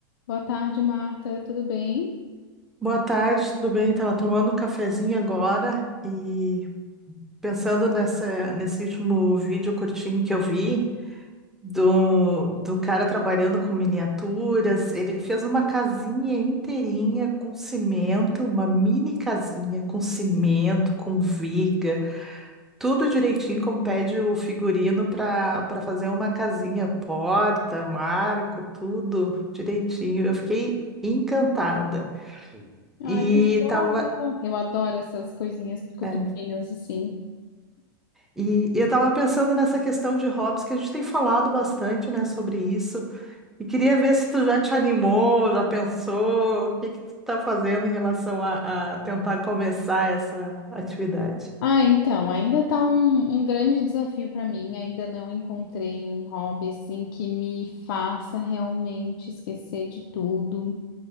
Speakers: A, on the left; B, in the centre.
A: Boa tarde, Marta. Tudo bem?
B: Boa tarde, tudo bem? Estava tomando um cafezinho agora e pensando nessa, nesse último vídeo curtinho que eu vi do, do cara trabalhando com miniaturas. Ele fez uma casinha inteirinha com cimento, uma mini casinha com cimento, com viga, tudo direitinho como pede o figurino para para fazer uma casinha, porta, marco, tudo direitinho. Eu fiquei encantada.
A: Ai,
B: E
A: que sonho!
B: tava.
A: Eu adoro essas coisinhas picutinhas
B: é,
A: assim.
B: E, e eu estava pensando nessa questão de hobbies, que a gente tem falado bastante, né, sobre isso. E queria ver se tu já te animou, já pensou, o que que tu tá fazendo em relação a, a tentar começar essa atividade.
A: Ah, então, ainda tá um, um grande desafio para mim. Ainda não encontrei um hobby assim que me faça realmente esquecer de tudo.